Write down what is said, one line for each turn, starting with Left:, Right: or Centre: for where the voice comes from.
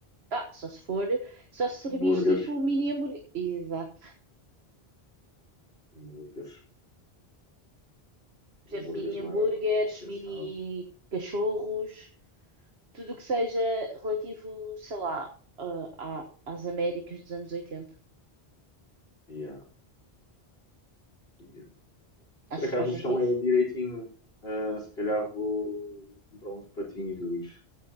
Right: Ah, só se for, só se servis
Left: Hambúrgueres,
Right: tipo mini hambúrguer. Exato.
Left: hambúrgueres.
Right: Por
Left: Hambúrgueres
Right: exemplo, mini
Left: não
Right: hambúrgueres,
Left: era nada mal pensado.
Right: mini cachorros, tudo o que seja relativo, sei lá, a- a- às Américas dos anos oitenta
Left: Yeah. yeah.
Right: Achas
Left: Por acaso
Right: que faz
Left: o
Right: sentido?
Left: chão é direitinho. Ah, se calhar vou vou comprar uns patinhos.